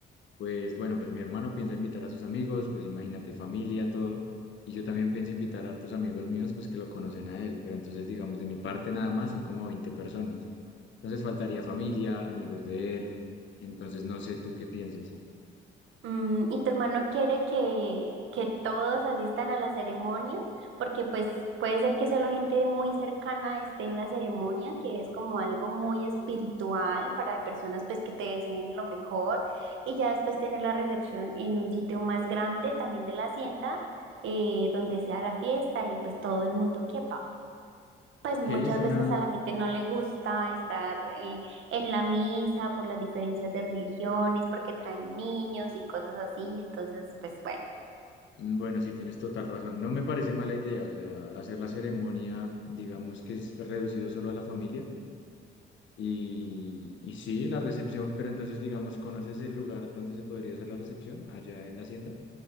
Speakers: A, on the left; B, on the right.
A: Pues bueno, pues mi hermano piensa invitar a sus amigos, pues imagínate, familia, todo. Y yo también pienso invitar a hartos amigos míos, pues que lo conocen a él. Pero entonces, digamos, de mi parte nada más son como 20 personas. Entonces faltaría familia, amigos de él. Entonces no sé tú qué pienses.
B: Mm, ¿y tu hermano quiere que, que todos asistan a la ceremonia? Porque pues puede ser que solo gente muy cercana esté en la ceremonia, que es como algo muy espiritual para personas pues que te deseen lo mejor y ya después tener la recepción en un sitio más grande, también de la hacienda, eh, donde sea la fiesta y pues todo el mundo quepa. Pues
A: Ok,
B: muchas
A: es una...
B: veces a la gente no le gusta estar eh, en la misa por las diferencias de religiones, porque traen niños y cosas así. Entonces, pues bueno.
A: mm, Bueno, sí, tienes total razón. No me parece mala idea, o sea, hacer la ceremonia, digamos que es reducido solo a la familia. Y, y sí, la recepción, pero entonces, digamos, ¿conoces el lugar donde se podría hacer la recepción? Allá en la hacienda.